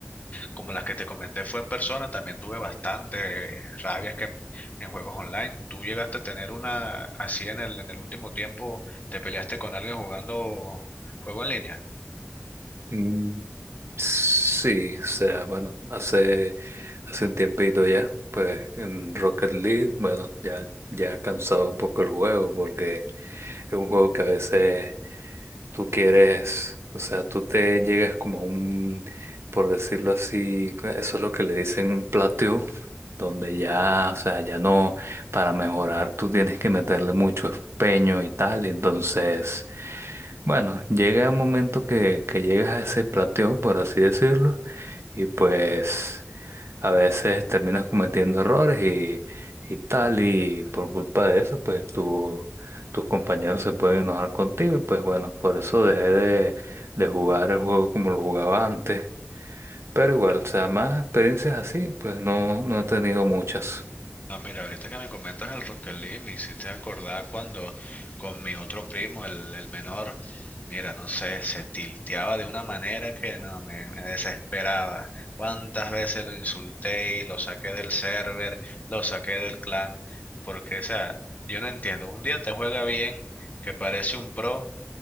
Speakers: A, on the left; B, on the right.
A: como las que te comenté fue en persona, también tuve bastante eh, rabias que en, en juegos online. Tú llegaste a tener una así en el, en el último tiempo, te peleaste con alguien jugando juego en línea.
B: mm, sí, o sea, bueno, hace, hace un tiempito ya, pues en Rocket League, bueno, ya, ya ha cansado un poco el juego porque es un juego que a veces tú quieres, o sea, tú te llegas como a un, por decirlo así, eso es lo que le dicen un plateo, donde ya, o sea, ya no, para mejorar tú tienes que meterle mucho empeño y tal, y entonces, bueno, llega un momento que, que llegas a ese plateo, por así decirlo, y pues a veces terminas cometiendo errores y, y tal, y por culpa de eso, pues tu- tus compañeros se pueden enojar contigo, y pues bueno, por eso dejé de, de jugar el juego como lo jugaba antes. Pero igual, o sea, más experiencias así, pues no, no he tenido muchas.
A: No, mira, ahorita que me comentas el Rocket League, me hiciste acordar cuando con mi otro primo, el, el menor, mira, no sé, se tilteaba de una manera que no, me, me desesperaba. Cuántas veces lo insulté y lo saqué del server, lo saqué del clan, porque, o sea, yo no entiendo, un día te juega bien, que parece un pro,